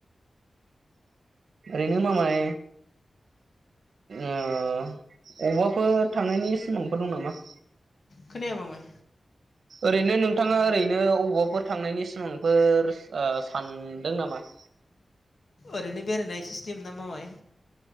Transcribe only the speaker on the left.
खोनाया मामाय?
ओरैनो बेरायनाय सिस्टेम ना मामाय?